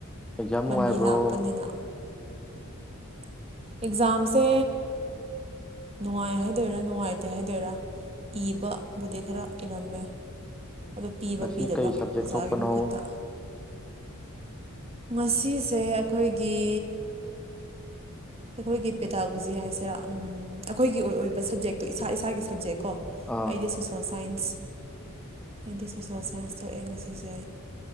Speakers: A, in the centre; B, on the right.
A: ꯑꯦꯛꯖꯥꯝ ꯅꯨꯡꯉꯥꯏꯕ꯭ꯔꯣ
B: ꯂꯝꯕꯤ ꯂꯥꯞꯄꯅꯤꯅ ꯑꯦꯛꯖꯥꯝꯁꯦ ꯅꯨꯡꯉꯥꯏ ꯍꯥꯏꯗꯣꯏꯔꯥ ꯅꯨꯡꯉꯥꯏꯇꯦ ꯍꯥꯏꯗꯣꯏꯔꯥ ꯏꯕꯕꯨꯗꯤ ꯈꯔ ꯏꯔꯝꯃꯦ ꯑꯗꯣ ꯄꯤꯕ
A: ꯉꯁꯤ
B: ꯄꯤꯗꯕ
A: ꯀꯩ ꯁꯕꯖꯦꯛ
B: ꯑꯣꯖꯥꯒꯤ
A: ꯊꯣꯛꯄꯅꯣ
B: ꯃꯈꯨꯠꯇ ꯉꯁꯤꯁꯦ ꯑꯩꯈꯣꯏꯒꯤ
A: <inaudible>
B: ꯑꯩꯈꯣꯏꯒꯤ ꯄꯦꯗꯥꯒꯣꯖꯤ ꯍꯥꯏꯁꯤꯔꯥ ꯎꯝ ꯑꯩꯈꯣꯏꯒꯤ ꯑꯣꯏ ꯑꯣꯏꯕ ꯁꯞꯖꯦꯛꯇꯣ ꯏꯁꯥ ꯏꯁꯥꯒꯤ ꯁꯞꯖꯦꯛ ꯀꯣ
A: ꯑꯥ
B: ꯑꯩꯗꯤ ꯁꯣꯁꯦꯜ ꯁꯥꯏꯟꯁ ꯑꯩꯗꯤ ꯁꯣꯁꯦꯜ ꯁꯥꯏꯟꯁ ꯊꯣꯛꯑꯦ ꯉꯁꯤꯁꯦ